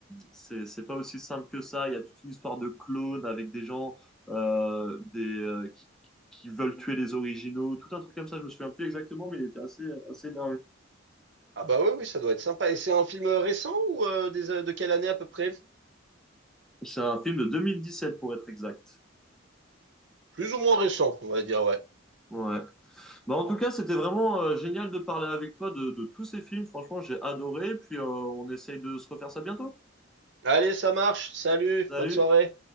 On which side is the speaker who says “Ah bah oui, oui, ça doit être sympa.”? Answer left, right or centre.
Right